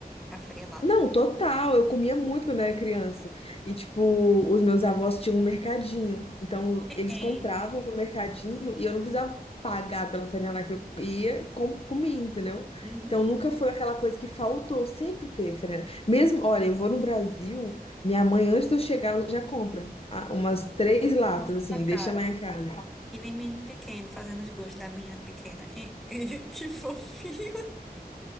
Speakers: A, in the centre; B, on the left.
A: afarelado.
B: Não, total. Eu comia muito quando era criança. E, tipo, os meus avós tinham um mercadinho. Então,
A: É,
B: eles
A: é,
B: compravam no mercadinho e eu não precisava pagar pela franela que eu ia e com- comia, entendeu?
A: uhum,
B: Então, nunca foi aquela coisa que faltou. Sempre teve franela. Mesmo, olha, eu vou no Brasil, minha mãe, antes de eu chegar, ela já compra ah, umas três latas,
A: nossa
B: assim, e
A: cara.
B: deixa lá em casa.
A: E nem menino pequeno, fazendo os gostos da menina pequena. É, é, <laughs> que fofinho.